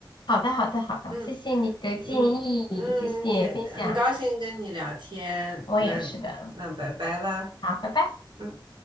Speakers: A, on the left; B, on the right.
A: 好的，好的，好的，
B: 嗯
A: 谢谢你的建议，
B: 嗯嗯，
A: 谢谢分享，
B: 也很高兴跟你聊天，
A: 我也是的。
B: 那那拜拜啦，
A: 好，拜拜。
B: 嗯。